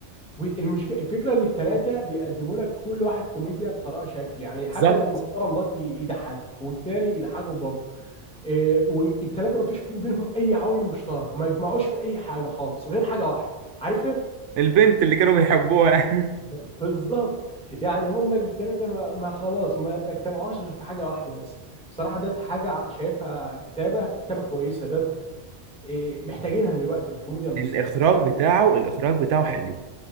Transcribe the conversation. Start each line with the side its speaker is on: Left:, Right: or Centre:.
Centre: والمشكلة الفكرة إن التلاتة بيقدموا لك كل واحد كوميديا بطريقة شكل يعني حتى
Right: بالظبط
Centre: المحترم ده يضحكك والتاني يضحكك برضه إيه والتلاتة ما فيش بينهم أي عوامل مشتركة ما يجمعوش في أي حاجة خالص غير حاجة واحدة عارفة
Right: البنت اللي كانوا بيحبوها <laughs>
Centre: بالظبط يعني هما الثلاثه ما, ما خلاص ما ما اجتمعوش غير في حاجه واحده بس بصراحه ده حاجه شايفها كتابه كتابه كويسه ده إيه، محتاجينها دلوقتي في الكوميديا المصريه
Right: الاخراج
Centre: ده فكره
Right: بتاعه الاخراج بتاعه
Centre: اه
Right: حلو